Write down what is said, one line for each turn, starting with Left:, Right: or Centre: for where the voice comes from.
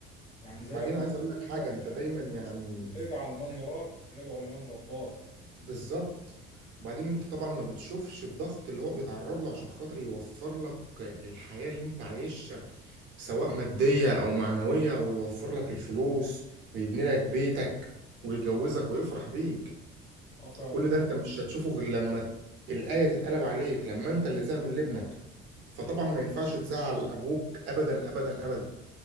Left: يعني زي
Right: بعدين
Left: ما بيقولوا
Right: عايز اقول لك
Left: كده
Right: حاجه انت دايما
Left: خلي
Right: يعني
Left: اجعل من يراك يدعو لمن رباك
Right: بالظبط وبعدين انت طبعا ما بتشوفش الضغط اللي هو بيتعرض له عشان خاطر يوفر لك الحياه اللي انت عايشها سواء ماديه او معنويه ويوفر لك الفلوس ويبني لك بيتك ويجوزك ويفرح بيك
Left: اه فعلا
Right: كل ده انت مش هتشوفه غير لما الآية تتقلب عليك لما انت اللي تعمل لابنك فطبعا ما ينفعش تزعل ابوك ابدا ابدا ابدا